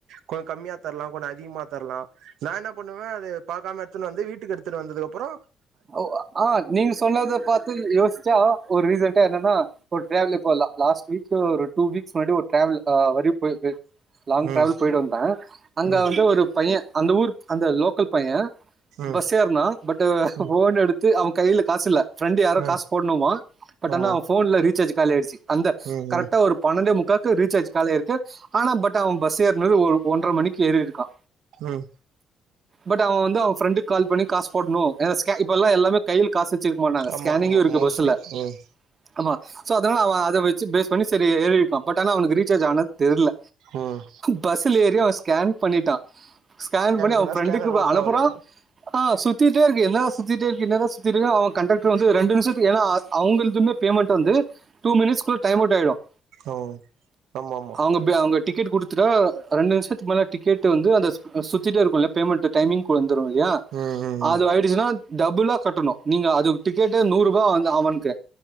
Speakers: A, on the right; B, on the right.
A: கொஞ்ச கம்மியா தரலா கொஞ்ச அதிகமா தரலா நா என்ன பண்ணுவே அத பாக்காம எடுத்துனு வந்து வீட்டுக்கு எடுத் துட்டு வந்ததுக்கு அப்புற
B: உ அஹ் நீங்க சொன்னத பார்த்து யோசிச்சா ஒரு ரீசன் என்னன்னா ஒரு டிராவல்லு போலா லாஸ்ட் வீக் ஒரு டூ வீக்ஸ் முன்னாடி ஒரு டிராவல் அஹ் வாட்டி போய்ட்டு லாங்
A: ம்
B: டிராவல் போயிட்டு வந்த அங்க
A: ம்
B: வந்து ஒரு பைய அந்த ஊர் அந்த லோக்கல் பைய
A: ம்
B: பஸ் ஏறுனா பட்டு
A: ம்
B: ஃபோனை எடுத்து அவ கையில காசு இல்லை ஃப்ரெண்ட் யாரோ
A: ம்
B: காசு போடணுமா பட்
A: ஆமா
B: ஆனா அவன் ஃபோன்ல ரீசார்ஜ்ஜு காலியாயிடுச்சு அந்த
A: ம்
B: கரெக்டா
A: ம்
B: ஒரு பன்னெண்டா முக்கா கு ரீசார்ஜ் காலியா இருக்கு ஆனா பட் அவ பஸ் ஏறுனது ஒரு ஒன்ற மணிக்கு ஏறி இருக்கா
A: ம்
B: பட் அவன் வந்து அவன் ஃப்ரெண்டுக்கு கால் பண்ணி காசு போடணு ஸ்கைப் இப்பல்லா எல்லாமே கையில காசு வச்சிருக்க மாட்டாங்க
A: ஆமா
B: ஸ்கேனிங்கும்
A: ஆமா
B: இருக்கு
A: மோஸ்ட்லி
B: பஸ்ல
A: ம்
B: ஆமா சோ அதனால அவ அதை வச்சு பேஸ் பண்ணி செரி ஏறி இருப்பா பட் ஆனா அவனுக்கு ரீசார்ஜ் ஆனது தெர்ல
A: ம்
B: பஸ்ல ஏறி அவன் ஸ்கேன் பண்ணிட்டான் ஸ்கேன் பண்ணி
A: பண்ணா
B: அவன் ஃப்ரண்டுக்கு
A: ஸ்கேனர் ஒர்க்
B: அனுப்புறான்
A: ஆவல
B: அஹ் சுத்தி என்னடா சுத்திட்டே இருக்கு இந்நேர ட்டு இருக்கு அவன் கண்டக்டரு வந்து ரெண்டு நிமிஷ ஏன்னா அது அவுங்களுக்குமே பேமெண்ட் வந்து டூ மினிட்ஸ்குள்ள டைம் அவுட் ஆயிடும்
A: ம் ஆமா ஆமா
B: அவுங்க பே அவுங்க டிக்கெட் குடுத்து துட்டா ரெண்டு நிமிஷத்துக்கு மேல டிக்கெட்டு வந்து அந்த சுத் சுத்திட்டே இருக்கும்ல பேமெண்ட்டு டைமிங் கூட தருவோ இல்லையா
A: ம் ம்
B: அது
A: ம்
B: ஆயிடுச்சுன்னா டபுள்லா கட்டணு நீங்க அதுக்கு டிக்கெட்டே நூறு ருபா அந்த அவனுக்கு